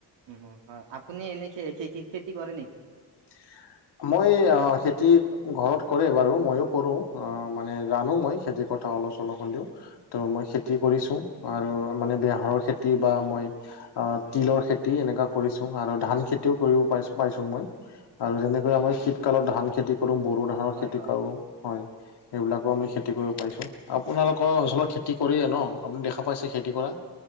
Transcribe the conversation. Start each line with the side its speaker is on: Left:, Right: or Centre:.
Right: উম হয়, আপুনি এনেই খে খে খেতি কৰে নেকি?
Left: <unintelligible> মই অ খেতি ঘৰত কৰে বাৰু, মইও কৰো, অ মানে জানো মই খেতি- কথা অলপ চলপ হ'লেও, ত
Right: অ অ
Left: মই খেতি - খেতি কৰিছোঁ, আৰু মানে বেহাৰৰ খেতি বা মই- আহ তিলৰ খেতি এনেকুৱা কৰিছোং আৰু ধান খেতিও কৰিব পাৰিছো পাইছোং মই। আৰু যেনেকৈ আমি শীতকালত ধান খেতি কৰো বড়ো ধানৰ
Right: হয়
Left: খেতি
Right: হয়
Left: কৰোং। হয় সেইবিলাকো আমি খেতি কৰিব পাৰিছোঁং। ত আপোনালোকৰ অঞ্চলত খেতি কৰিয়ে ন আপুনি দেখা পাইছে খেতি কৰা।